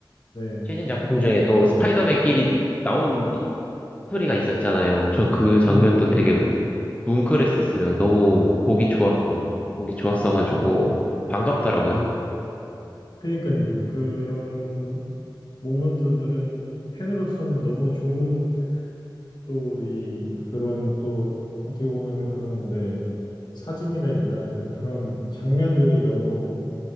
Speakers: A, on the left; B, on the left.
A: 네.
B: 최신 작품 중에 또 스파이더맨끼리 나온 스토리가 있었잖아요. 저 그 장면도
A: 네, 맞아요.
B: 되게 뭉클했었어요. 너무 보기 좋았어. 보기 좋았어가지고 반갑더라고요.
A: 맞아요. 그니까요. 그런 모먼트들은 팬으로서는 너무 좋은 또 이, 그런 또 어떻게 보면은 그런데 사진이라 해야 되나? 약간 그런 장면들이 너무